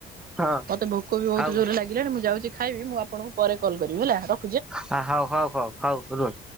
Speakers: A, in the centre; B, on the right.
A: ହଁ
B: ମତେ ଭୋକ ବି ବହୁତ
A: ହଉ
B: ଜୋରରେ ଲାଗିଲାଣି ମୁଁ ଯାଉଛି ଖାଇବି ମୁଁ ଆପଣଙ୍କୁ ପରେ କଲ୍ କରିବି ହେଲା ର
A: ହ ହଉ ହଉ ହଉ ହଉ ରୁହ।